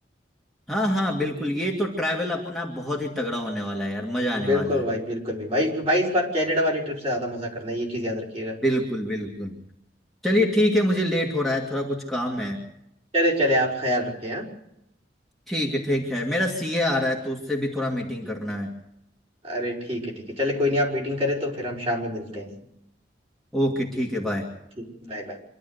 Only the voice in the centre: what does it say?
हाँ हाँ बिल्कुल ये तो ट्रैवल अपना बहुत ही तगड़ा होने वाला है यार मजा आने
वाला है
बिल्कुल बिल्कुल चलिए ठीक है मुझे लेट हो रहा है थोड़ा कुछ काम है
ठीक है ठीक है मेरा सीए आ रहा है तो उससे भी थोड़ा मीटिंग करना है
ओके ठीक है बाय